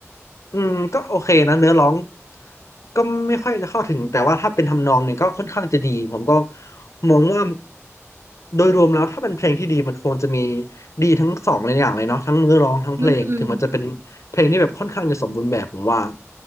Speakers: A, on the left; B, on the right.
A: อืมก็โอเคนะเนื้อร้องก็ไม่ค่อยเข้าถึงแต่ว่าถ้าเป็นทำนองเนี่ยก็ค่อนข้างจะดีผมก็มองว่าโดยรวมแล้วถ้าเป็นเพลงที่ดีมันควรจะมีดีทั้งสองเลยอย่างเลยเนาะทั้งเนื้อร้องทั้งเพลงถึงมันจะเป็นเพลงที่แบบค่อนข้างจะสมบูรณ์แบบผมว่า
B: อืม